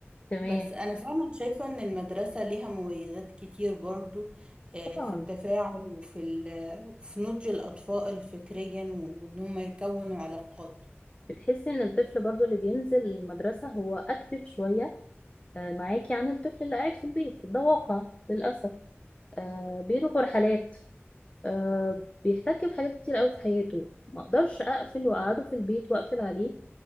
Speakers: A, on the left; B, on the right.
A: تمام
B: بس أنا فعلا شايفة إن المدرسة ليها مميزات كتير برضو آه،
A: طبعا
B: في التفاعل وفي ال- في نضج الأطفال فكريا وإن هم يكونوا علاقات
A: بتحسي ان الطفل برضو اللي بينزل المدرسة هو اكتف شوية آه، معاكي عن الطفل اللي قاعد في البيت ده واقع للأسف آه، بيروح رحلات آه، بيحتك بحاجات كتير قوي في حياته ما اقدرش اقفل واقعده في البيت واقفل عليه